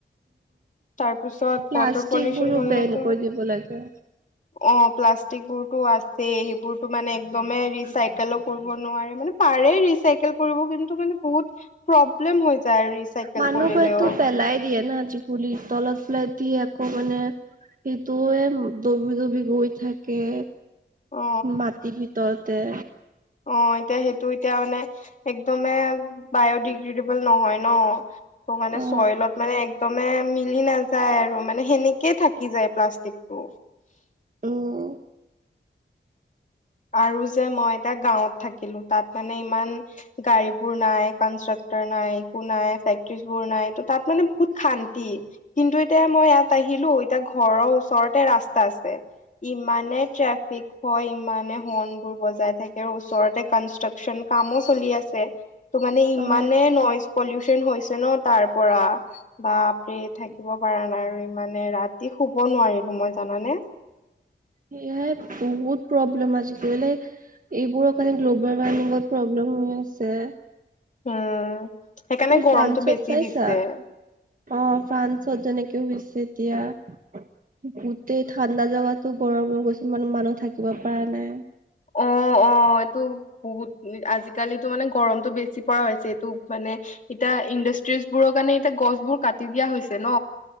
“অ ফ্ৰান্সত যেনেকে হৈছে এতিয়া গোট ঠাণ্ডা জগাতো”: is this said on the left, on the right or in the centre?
Right